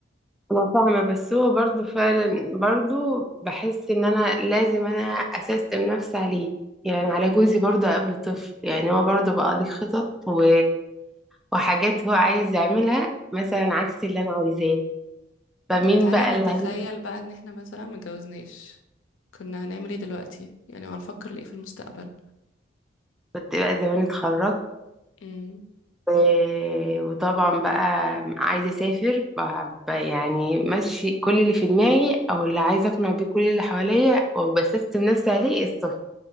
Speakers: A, in the centre; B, on the left.
A: انا فاهمه بس هو برضو فعلا برضو بحس ان انا لازم انا اسستم نفسي عليه يعني على جوزي برضو قبل طفل يعني هو برضو بقى لي خطط و... وحاجات هو عايز يعملها مثلا عكس اللي انا عايزاه فمين
B: طب تعالي
A: بقى
B: نتخيل
A: اللي هي
B: بقى ان احنا مثلا متجوزناش كنا هنعمل ايه دلوقتي يعني هنفكر لايه في المستقبل
A: كنت بقى زمان اتخرجت
B: امم
A: و- وطبعا بقى عايزه اسافر ب- ب- يعني ماشي كل اللي في دماغي او اللي عايزه اقنع بيه كل اللي حواليا وبسستم نفسي عليه السفر